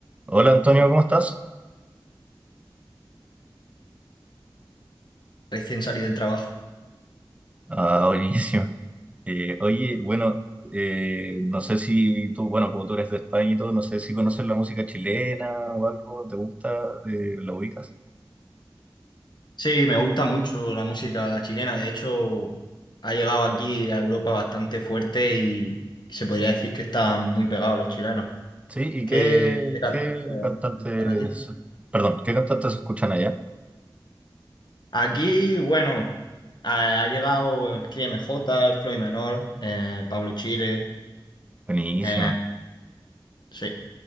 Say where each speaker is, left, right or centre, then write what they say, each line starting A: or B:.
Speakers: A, on the right; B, on the left.
A: Hola Antonio, ¿cómo estás?
B: recién salí del trabajo.
A: Ah, <laughs> buenísimo. Eh, oye, bueno, eh, no sé si tú, bueno, como tú eres de España y todo, no sé si conoces la música chilena o algo, ¿te gusta? Eh, ¿la ubicas?
B: Sí, me gusta mucho la música chilena. De hecho, ha llegado aquí a Europa bastante fuerte y se podría decir que están muy pegados los chilenos.
A: Sí, ¿y
B: ¿Qué,
A: qué,
B: qué cantantes
A: qué cantantes,
B: te gustan a ti?
A: perdón, qué cantantes escuchan allá?
B: Aquí, bueno, ha, ha llegado el Cris MJ, el Floyd Menor, eh, Pablo Chile.
A: Buenísima.
B: eh, sí.